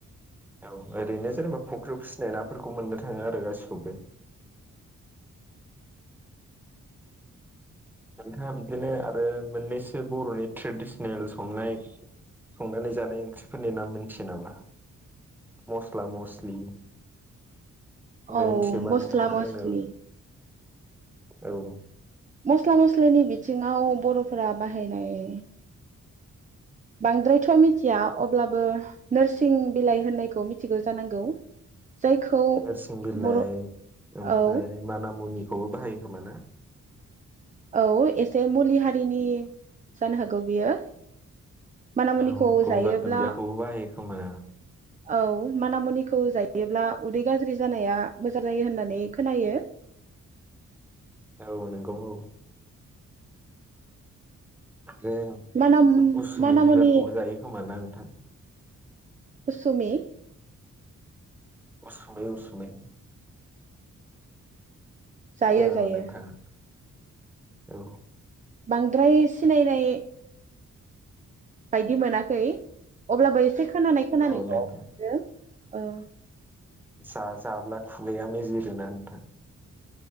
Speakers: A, in the centre; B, on the right.
A: औ ओरैनो जेनेबा फख्रियाव फिसिनाय नाफोरखौ मोननो थाङो आरो गासिखौबो। नोंथाङा बिदिनो आरो मोननैसो बर'नि ट्रेडिसनेल संनाय संनानै जानाय ओंख्रिफोरनि नाम मोनथियो नामा? मस्ला मस्लि मिथियोबा
B: औ मस्ला
A: नोंथाङा
B: मसलि
A: आंनो औ
B: मस्ला मस्लिनि बिथिङाव बर'फोरा बाहायनाय बांद्रायथ मिथिया अब्लाबो नोरसिं बिलाइ होननायखौ मिथ मिथिगौ जानांगौ? जायखौ
A: नोरसिं बिलाइ
B: बर'
A: ओमफाय
B: औ
A: माना मुनिखौबो बाहायो खोमा ना?
B: औ एसे मुलि हारिनि जानो हागौ बियो। मानामुनिखौ
A: औ गंगार
B: जायोब्ला
A: दुनदियाखौबो बाहायो‌ खोमा।
B: औ मानामुनिखौ जायोब्ला उदै गाज्रि जानाया मोजां जायो होननानै खोनायो।
A: औ नंगौ औ आरोे
B: माना
A: उसुमि
B: मानामुनि
A: बिबारखौबो जायो खोमा ना नोंथां?
B: उसुमि
A: उसुमि उसुमि
B: जायो
A: दनथ
B: जायो
A: <unintelligible> औ
B: बांद्राय सिनायनाय बायदि मोना खै अब्लाबो इसे खोनानाय खोनानायखौ
A: औ नोंथां
B: मोनदों। औ
A: जा जाब्ला खु गाया मेजोरोना नोंथां